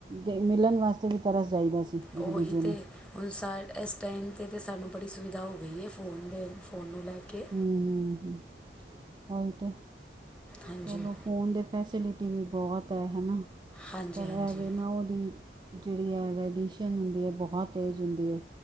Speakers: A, on the right (about 25°); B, in the centre.
A: ਤੇ ਮਿਲਣ ਵਾਸਤੇ, ਵੀ ਤਰਸ ਜਾਈਦਾ ਸੀ। ਇੱਕ
B: ਓਹੀ
A: ਦੂਜੇ ਨੂੰ
B: ਤੇ। ਹੁਣ ਸਾਰ, ਇਸ ਟਾਈਮ 'ਤੇ ਤੇ ਸਾਨੂੰ ਬੜੀ ਸੁਵਿਧਾ ਹੋ ਗਈ ਏ ਫੋਨ ਦੇ, ਫੋਨ ਨੂੰ ਲੈ ਕੇ।
A: ਹੂੰ- ਹੂੰ-ਹੂੰ, ਉਹੀ ਤੇ,
B: ਹਾਂਜੀ
A: ਚਲੋ। ਫੋਨ ਦੇ ਫੈਸਿਲਿਟੀ ਵੀ ਬਹੁਤ ਹੈ, ਹੈਨਾ।
B: ਹਾਂਜੀ
A: ਪਰ
B: ਹਾਂਜੀ
A: ਐ ਵੇ ਨਾ ਉਹਦੀ ਜੇੜੀ ਇਹ ਰੈਡੀਏਸ਼ਨ ਹੁੰਦੀ ਐ, ਬਹੁਤ ਤੇਜ਼ ਹੁੰਦੀ ਐ।